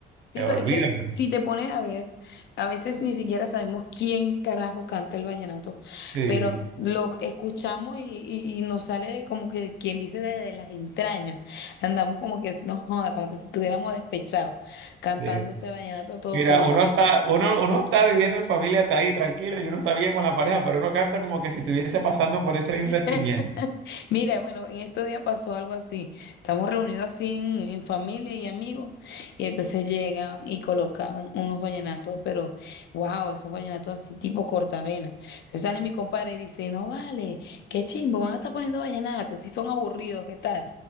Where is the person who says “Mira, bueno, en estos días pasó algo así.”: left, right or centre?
Left